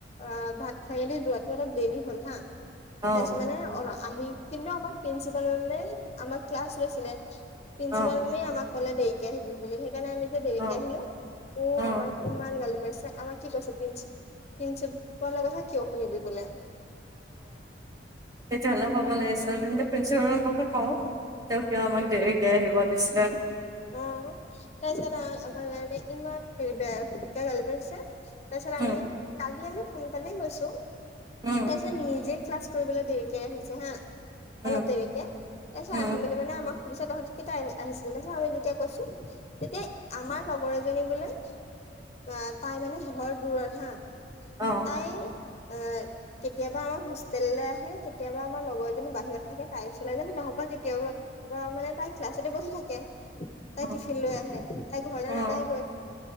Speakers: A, on the left; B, on the right.
A: অ, ভাত চাঙিলি যোৱাতটো অলপ দেৰি হ'ল হা
B: অ
A: তাৰপিছত মানে অ, আহি কিন্তু আমাক প্ৰিন্ঞ্চিপাল মানে আমাক ক্লাছ লৈছিলে। প্ৰিন্ঞ্চিপাল
B: অ
A: মমি আমাক ক'লে দেৰিকে আহিল বুলিেই সেইকাৰণে আমি যে দেৱীকী
B: অ
A: আহিলো উম,
B: অ
A: আমাক ইমান গালি পছে আমাক কি কছে তিনি নিছ পলাৰ কথা কিয় অ, শুনি দি বোলে।
B: তেতিয়াহ'লে ক'ব লাগিছিল তেন্তে প্ৰিন্ঞ্চিপালৰ মকে কও। তকে ম মাক দেৰিকে আহিবতষ্ট
A: অ তাৰপিছত আমাৰ কাৰে ইমান হেৰি বেয়া কিয় গাল পছে তাৰ পিছত
B: উম
A: আমি কালি আমি সোনকালে গৈছো
B: উম
A: তাৰপিছত নিজে ক্লাছ কৰিবলৈ দেৰিকে আহিছে হা
B: উম
A: অলপ দেৰিকে তাৰপিছত
B: উম
A: আহি মেলি মানে। খুচা তত কেইটা আহ আহিছিল তাৰ পিছত আমি যেতিয়া কৈছো তেতিয়া আমাৰ লগৰ এজনী বোলে আহ তাই মানে ঘৰ দূৰত হা
B: অ
A: তাই।
B: <inaudible>
A: এ কেতিয়াবা আমাৰ হোষ্টেললৈ আহে কেতিয়াবা আমাৰ লগৰজনী বাহিৰত থাকে তাৰ ওচৰলৈ যে নহ'বা কেতিয়াবা বা মানে তাই ক্লাছতে বহি থাকে। তাই
B: অ
A: টিফিন লৈ আহে তাই ঘৰলৈ
B: অ
A: নাযায় গৈ।